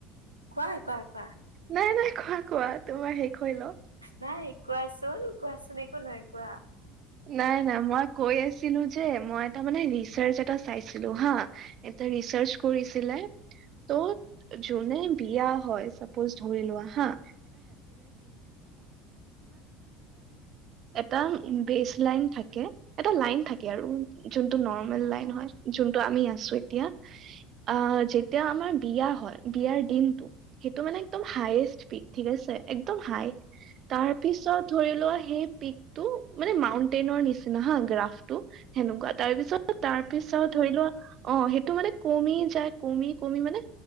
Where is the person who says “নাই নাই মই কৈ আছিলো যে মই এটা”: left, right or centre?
Right